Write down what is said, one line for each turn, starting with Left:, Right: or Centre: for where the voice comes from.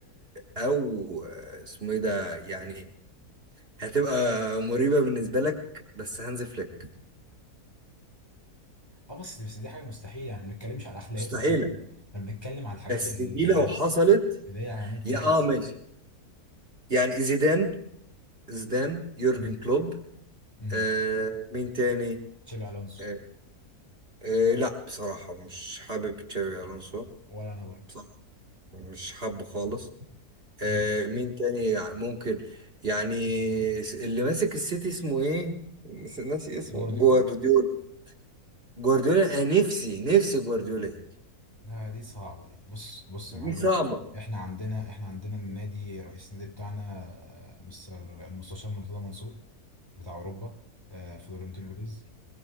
Right: او آه، اسمه ايه ده يعني هتبقى مريبة بالنسبة لك بس هانز فليك
Left: اه بس بس دي حاجه مستحيله يعني ما بنتكلمش على الاخلاق
Right: مستحيلة
Left: احنا بن- احنا بنتكلم على الحاجات
Right: بس
Left: النفس
Right: دي لو حصلت
Left: اللي هي ممكن
Right: يا
Left: تحصل
Right: اه ماشي يعني زيدان زيدان يورجن
Left: امم
Right: كلوب
Left: امم
Right: آه مين تاني
Left: تشابي الونسو
Right: آه آه لا بصراحة مش حابب تشابي ألونسو
Left: ولا انا برضه
Right: بصراحة مش حابه خالص آه
Left: امم
Right: مين تاني يع- ممكن يعني س- اللي ماسك السيتي اسمه ايه نس- ناسي اسمه
Left: جوارديولا
Right: جوارديولا جوارديولا انا نفسي نفسي جوارديولا يجي.
Left: لا دي صعبه دي بص بص يا معلم
Right: دي صعبة
Left: احنا عندنا احنا عندنا النادي رئيس النادي بتاعنا آه، مستر المستشار مرتضى منصور بتاع اوروبا آه، فلورنتينو بيريز